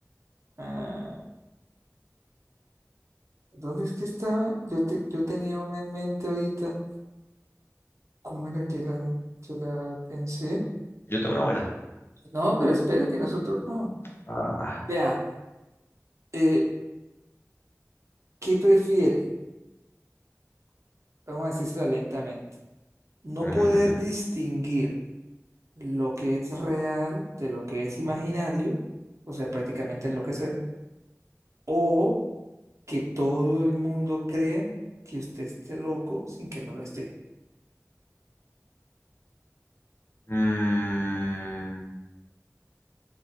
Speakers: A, on the right; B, on the left.
A: Ah, ¿dónde es que estaba? Yo, te- yo tenía una en mente ahorita. ¿Cómo era que la, que la pensé?
B: Yo tengo una buena.
A: No, pero espere que nosotros no.
B: Ah.
A: Vea, eh, ¿qué prefiere? Vamos a decírsela lentamente. No
B: ujú,
A: poder
B: ujú.
A: distinguir lo que es real de lo que es imaginario, o sea, prácticamente enloquecer, o que todo el mundo crea que usted esté loco sin que no lo esté.
B: Mm,